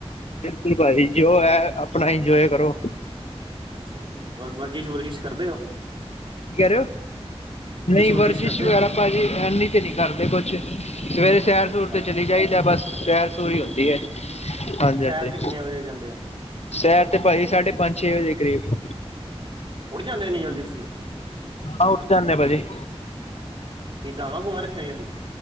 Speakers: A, on the left (about 80°); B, on the right (about 50°).
A: ਬਿਲਕੁਲ ਭਾਜੀ, ਜੋ ਹੈ ਆਪਣਾ ਇੰਜੋਏ ਕਰੋ।
B: ਅੱਛਾ ਜੀ, ਓਰ ਵਰਜਿਸ਼- ਵੁਰਜਿਸ਼ ਕਰਦੇ ਹੋ।
A: ਕਿ ਕਹਿ ਰਹੇ ਹੋ। ਨਹੀਂ
B: ਵੁਰਜਿਸ਼
A: ਵਰਜਿਸ਼
B: ਕਰਦੇ
A: ਵਗੈਰਾ
B: ਹੋ
A: ਭਾਜੀ, ਐਨੀ ਤੇ ਨਹੀਂ ਕਦੀ ਕਰਦੇ ਕੁਛ। ਸਵੇਰੇ ਸੈਰ-
B: ਅੱਛਾ
A: ਸੂਰ ਤੇ ਚਲੀ ਜਾਈਦਾ ਬਸ। ਸੈਰ ਸੂਰ ਹੀ ਹੁੰਦੀ
B: ਅੱਛਾ
A: ਹੈ,
B: ਜੀ
A: ਹਾਂਜੀ-
B: ਸੈਰ
A: ਹਾਂਜੀ।
B: ਤੇ ਕਿੰਨੇ ਵਜੇ ਜਾਂਦੇ ਹੋ
A: ਸ਼ੈਰ ਤੇ ਭਾਈ ਸਾਢੇ ਪੰਜ, ਛੇ ਵਜੇ ਕਰੀਬ।
B: ਉੱਠ ਜਾਂਦੇ ਹੋ ਏਨੀ ਜਲਦੀ ਤੁਸੀਂ?
A: ਹਾਂ, ਉਰ ਜਾਂਦੇ ਆ ਭਾਜੀ।
B: ਕਿ ਗਾਵਾਂ- ਗੂਵਾਂ ਰੱਖਣੀਆਂ ਹੋਈਆਂ ਤੁਸੀ।